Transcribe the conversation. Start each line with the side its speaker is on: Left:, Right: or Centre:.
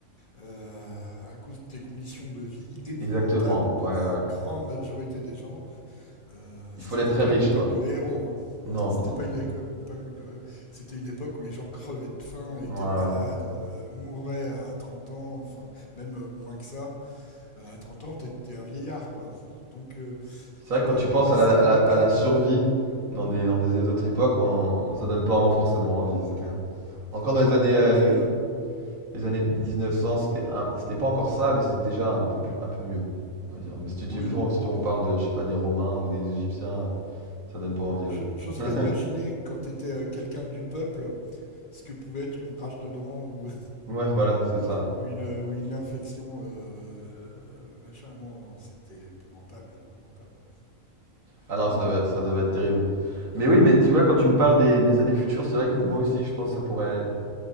Left: euh, à cause des conditions de vie épouvantables
Right: Exactement,
Left: de
Right: ouais,
Left: la
Right: ouais.
Left: grande majorité des gens. Euh,
Right: Il
Left: c'était
Right: faut être très
Left: pas
Right: riche,
Left: une époque
Right: quoi.
Left: de héros. Hein.
Right: Non,
Left: C'était
Right: non.
Left: pas une, éco- une époque de héros. C'était une époque où les gens crevaient de faim, étaient
Right: Ouais, ouais.
Left: malades, euh, mouraient à 30 ans, enfin même euh, moins que ça. Euh, à 30 ans, t'étais un vieillard, quoi. Donc, euh,
Right: C'est vrai
Left: je sais
Right: que
Left: pas.
Right: quand tu penses
Left: Non,
Right: à
Left: ça
Right: la,
Left: m'aurait
Right: à la, à
Left: pas.
Right: la
Left: hein.
Right: survie dans des, dans des autres époques, on- ça donne pas forcément envie, c'est clair. Encore
Left: Non.
Right: dans les années euh,
Left: Et puis. euh,
Right: Les années 1900, c'était un- c'était pas encore ça, mais c'était déjà un peu plus, un peu mieux, on va dire. Mais si tu, tu-
Left: oui, oui,
Right: si
Left: oui.
Right: on parle de, je sais pas, des Romains ou des Égyptiens, ça donne pas envie,
Left: Je-
Right: ouais.
Left: J'ose
Right: <laughs>
Left: pas imaginer quand t'étais euh, quelqu'un du peuple ce que pouvait être une rage de dents ou
Right: Ouais, voilà, c'est ça.
Left: ou une, euh, ou une infection, euh, machin. Non, non, c'était épouvantable, épouvantable.
Right: Ah non,
Left: Non,
Right: ça
Left: non.
Right: devait être, ça devait être terrible. Mais oui, mais tu vois, quand tu me parles des, des années futures, c'est vrai que moi aussi, je pense que ça pourrait,